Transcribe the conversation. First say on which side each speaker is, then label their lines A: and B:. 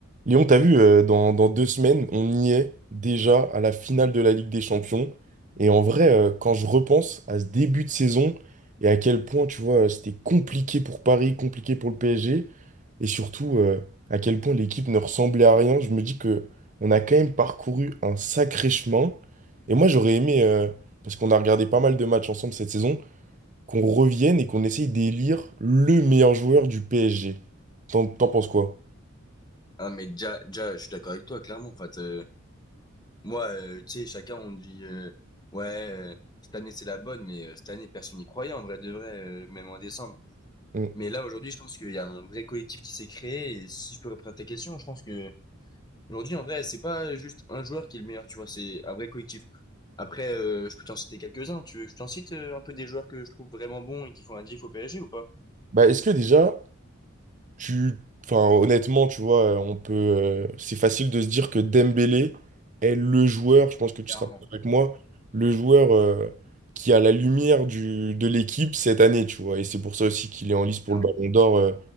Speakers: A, on the right; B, on the left.
A: Léon, t'as vu, euh, dans, dans deux semaines, on y est déjà à la finale de la Ligue des Champions. Et en vrai, euh, quand je repense à ce début de saison et à quel point, tu vois, c'était compliqué pour Paris, compliqué pour le PSG, et surtout euh, à quel point l'équipe ne ressemblait à rien, je me dis que on a quand même parcouru un sacré chemin. Et moi, j'aurais aimé, euh, parce qu'on a regardé pas mal de matchs ensemble cette saison, qu'on revienne et qu'on essaye d'élire le meilleur joueur du PSG. T'en t'en penses quoi?
B: Ah mais déjà, déjà, je suis d'accord avec toi, clairement. En fait, euh, moi, euh, tu sais, chacun on dit euh, ouais, euh, cette année c'est la bonne, mais euh, cette année personne n'y croyait en vrai de vrai, euh, même en décembre.
A: Mm.
B: Mais là aujourd'hui, je pense qu'il y a un vrai collectif qui s'est créé. Et si je peux répondre à ta question, je pense que aujourd'hui en vrai, c'est pas juste un joueur qui est le meilleur, tu vois, c'est un vrai collectif. Après, euh, je peux t'en citer quelques-uns. Tu veux que je t'en cite euh, un peu des joueurs que je trouve vraiment bons et qui font un diff au PSG ou pas?
A: Bah, est-ce que déjà, Tu, enfin, honnêtement, tu vois, euh, on peut, euh, c'est facile de se dire que Dembélé est le joueur, je pense que tu
B: Clairement.
A: seras d'accord avec moi, le joueur euh, qui a la lumière du, de l'équipe cette année, tu vois. Et c'est pour ça aussi qu'il est en lice pour
B: Non.
A: le Ballon d'Or euh,